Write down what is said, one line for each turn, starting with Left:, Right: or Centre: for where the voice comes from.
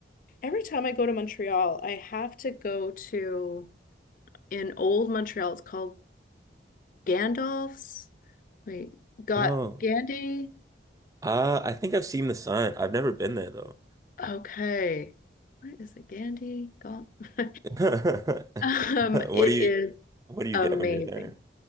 Left: Every time I go to Montreal, I have to go to in old Montreal. It's called Gandalf's. Wait, got
Right: Oh.
Left: Gandhi?
Right: Uh I think I've seen the sign. I've never been there though.
Left: Okay. What is it? Gandhi? Gal- <laughs>
Right: <laughs>
Left: Um,
Right: What
Left: it
Right: do you
Left: is
Right: what do you
Left: amazing.
Right: get when you're there?